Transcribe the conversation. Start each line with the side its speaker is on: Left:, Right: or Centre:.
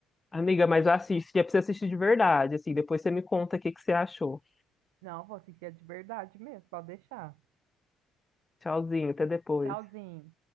Left: Amiga, mas assiste, é pra você assistir de verdade, assim, depois você me conta o que que você achou.
Right: Não, vou assistir é de verdade mesmo, pode deixar.
Left: Tchauzinho, até depois.
Right: Tchauzinho.